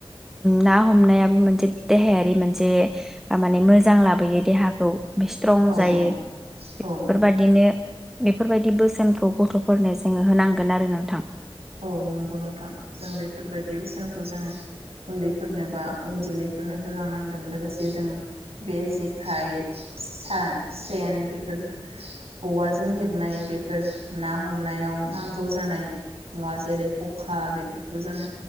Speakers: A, in the centre; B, on the right.
A: ना हमनायाबो मोनसे देहा बे मोनसे तामाने मोजां लाबोयो देहाखौ स्ट्रं
B: औ
A: जायो
B: औ
A: बेफोरबादिनो
B: औ
A: बेफोरबायदि बोसोनखौ गथ'फोरनो जोङो होनांगोन आरो नोंथां
B: औ नंगौ नोंथां जों बेफोरबायदि बोसोनखौ जोङो उन्दैफोरनो बा उन जोलैफोरनो होलांनांगोन लोगोसे जों बे जेखाइ सा सेन बेफोर औवाजों हेब नाय बेफोर ना हमनायाव नां गौ जानाय जेरै- खखा बेफोरखौ जोङो